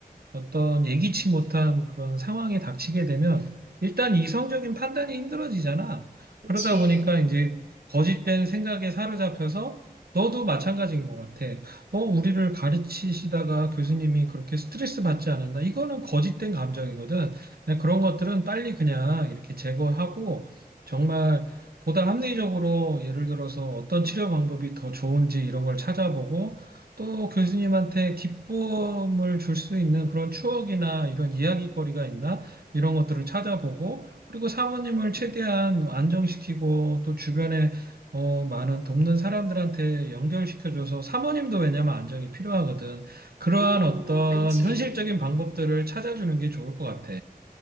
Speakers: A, on the right (about 85°); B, on the right (about 50°).
A: 어떤 예기치 못한 그런 상황에 닥치게 되면 일단 이성적인 판단이 힘들어지잖아.
B: 그치.
A: 그러다 보니까 이제 거짓된 생각에 사로잡혀서 너도 마찬가지인 것 같아. 어, 우리를 가르치시다가 교수님이 그렇게 스트레스 받지 않았나? 이거는 거짓된 감정이거든. 네, 그런 것들은 빨리 그냥 이렇게 제거하고 정말 보다 합리적으로 예를 들어서 어떤 치료 방법이 더 좋은지 이런 걸 찾아보고 또 교수님한테 기쁨을 줄 수 있는 그런 추억이나 이런 이야기거리가 있나 이런 것들을 찾아보고 그리고 사모님을 최대한 안정시키고 또 주변에 어, 많은 돕는 사람들한테 연결시켜줘서 사모님도 왜냐면 안정이 필요하거든. 그러한
B: 음,
A: 어떤
B: 그치.
A: 현실적인 방법들을 찾아주는 게 좋을 것 같아.